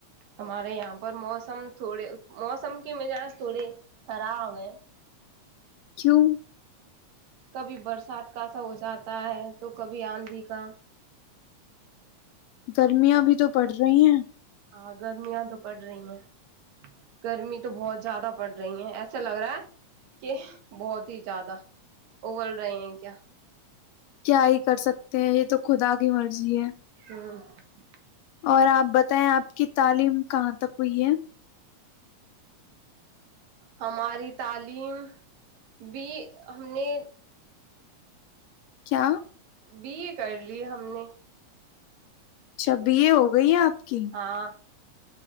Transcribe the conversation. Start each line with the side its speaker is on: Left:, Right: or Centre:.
Right: ہمارے یہاں پر موسم تھوڑے موسم کی مجاج تھوڑے خراب ہے
Left: کیوں
Right: کبھی برسات کا سا ہو جاتا ہے تو کبھی آندھی کا
Left: گرمیاں بھی تو پڑ رہی ہیں
Right: ہاں گرمیاں تو پڑ رہی ہیں گرمی تو بہت زیادہ پڑ رہی ہیں ایسا لگ رہا ہے کہ بہت ہی زیادہ ا بول رہے ہیں کیا
Left: کیا ہی کر سکتے ہیں یہ تو خدا کی مرضی ہے
Right: ہمم
Left: اور آپ بتائیں آپ کی تعلیم کہاں تک ہوئی ہے
Right: ہماری تعلیم بھی ہم نے
Left: کیا
Right: بی اے کر لی ہم نے
Left: اچھا بی اے ہو گئی ہیں آپ کی
Right: ہاں